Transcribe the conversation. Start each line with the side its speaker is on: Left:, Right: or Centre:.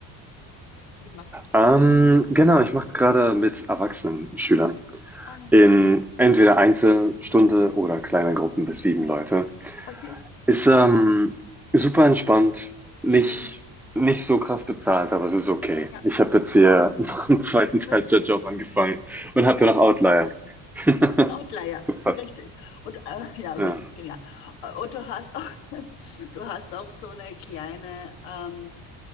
Left: wie machst du das?
Centre: Ähm, genau, ich mache gerade mit erwachsenen Schülern
Left: Ah,
Centre: in
Left: gut.
Centre: entweder Einzelstunde oder kleine Gruppen bis 7 Leute.
Left: Okay,
Centre: Ist, ähm, super entspannt, nicht
Left: schön.
Centre: nicht so krass bezahlt, aber es ist okay.
Left: Ja,
Centre: Ich habe jetzt hier <laughs> noch einen zweiten
Left: aber-
Centre: Teilzeitjob angefangen und habe
Left: ja.
Centre: ja noch Outlier. <laughs>
Left: Outlier,
Centre: Super.
Left: richtig. Und äh, ja,
Centre: Ja.
Left: wir sind genial. Äh, Und du hast auch, <laughs> du hast auch so eine kleine, ähm,